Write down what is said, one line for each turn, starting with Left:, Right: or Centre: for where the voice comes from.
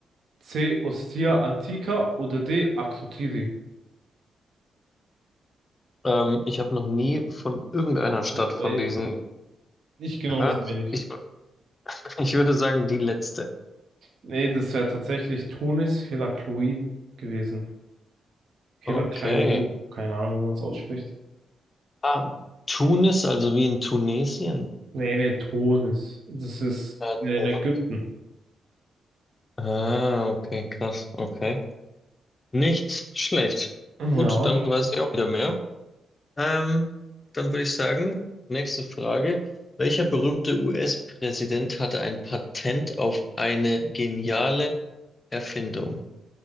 Right: C. Ostia Antica oder D. Akrotiri.
Left: Ähm, ich habe noch nie von irgendeiner Stadt
Right: Ja,
Left: von
Right: äh,
Left: diesen
Right: Ich genauso
Left: gehört.
Right: wenig.
Left: Ich, wür- <laughs> ich würde sagen, die letzte.
Right: Nee, das wäre tatsächlich Tunis Heraklion gewesen. Heraklion,
Left: Okay.
Right: keine Ahnung, wie man es ausspricht.
Left: Ah, Tunis, also wie in Tunesien.
Right: Nee, nee, Tunis. Das ist
Left: Ja,
Right: in
Left: Tunis.
Right: Ägypten.
Left: Ah, okay, krass. Okay. Nicht schlecht.
Right: Ja.
Left: Gut, dann weiß ich auch wieder mehr. Ähm, dann würde ich sagen, nächste Frage. Welcher berühmte US-Präsident hatte ein Patent auf eine geniale Erfindung?